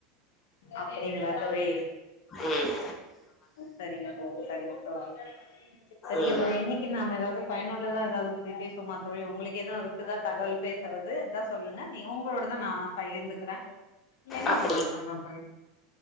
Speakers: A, on the left; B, on the left.
A: அப்படிங்ளா தோழி
B: ம் ம்
A: சரிங்க தோழி சரிங்க தோழி சரிங்க
B: ம்
A: தோழி இன்னைக்கு நாம எதாவுது பயனுள்ளதா எதாவது பத்தி பேசுவமா தோழி உங்களுக்கு எதா இருக்குதா தகவல் பேசுறது இருந்தா சொல்லுங்க நீங் உங்களோடத நா பகிர்ந்துகிற இல்லைனா
B: அப்டி
A: நா சொல்ற தோழி